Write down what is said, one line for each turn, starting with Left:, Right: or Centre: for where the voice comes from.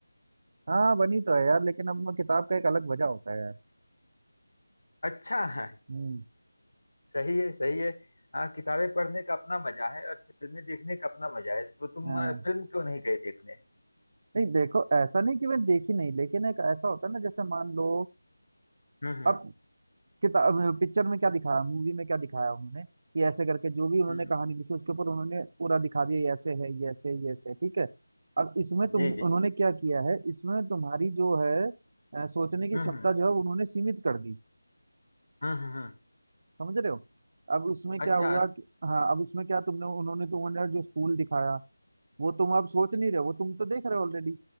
Right: हाँ बनी तो है यार लेकिन अब मैं किताब का एक अलग वजह होता है यार
Left: अच्छा है
Right: हम्म
Left: सही है सही है हाँ किताबें पढ़ने का अपना मजा है और फिल्में देखने का अपना मजा है तो तुम
Right: हाँ
Left: अ, फिल्म क्यों नहीं गए देखने
Right: नहीं देखो ऐसा नहीं कि मैं देखी नहीं लेकिन एक ऐसा होता है ना जैसे मान लो
Left: हम्म हम्म
Right: अब किताब पिक्चर में क्या दिखाया मूवी में क्या दिखाया उन्होंने कि ऐसे करके जो भी उन्होंने
Left: हम्म, हम्म,
Right: कहानी लिखी उसके ऊपर उन्होंने पूरा दिखा दिया ये ऐसे है ये ऐसे ये ऐसे ठीक है अब इसमें तुम
Left: जी
Right: उन्होंने
Left: जी जी
Right: क्या किया है इसमें तुम्हारी जो है अ, सोचने की
Left: हम्म
Right: क्षमता
Left: हम्म
Right: जो है उन्होंने सीमित कर दी
Left: हम्म हम्म हम्म,
Right: समझ रहे हो अब उसमें
Left: अच्छा
Right: क्या हुआ कि हाँ अब उसमें क्या तुमने उन्होंने तुम्हें जो स्कूल दिखाया वो तुम अब सोच नहीं रहे हो वो तुम तो देख रहे हो ऑलरेडी